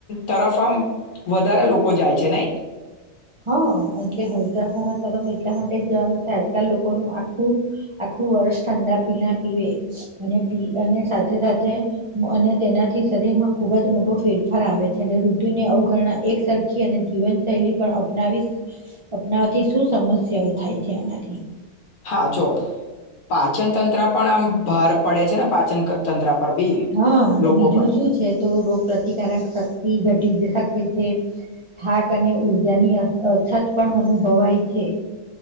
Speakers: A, on the left (about 75°); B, on the right (about 45°).
A: તરફ આમ વધારે લોકો જાય છે નઈ.
B: હા એટલે હલકા ખોરાક તરફ એટલા માટે જ જવાનું કે આજકાલ લોકોનું આખું આખું વર્ષ ઠંડા પીણા પીવે અને પી અને સાથે સાથે અને તેનાથી શરીરમાં ખુબ જ મોટો ફેરફાર આવે છે અને ઋતુની અવગણના એક સરખી અને જીવનશૈલી પણ અપનાવીશ અપનાવવાથી શું સમસ્યાઓ થાય છે એનાથી
A: હા, જો પાચન તંત્ર પણ આમ ભાર પડે છે ને પાચન તંત્ર પર બી
B: હા અને
A: લોકો
B: બીજું
A: પર
B: શું છે તો રોગ પ્ર્રતિકારક શક્તિ ઘટી થાક અને ઉર્જાની અછત પણ અનુભવાય છે.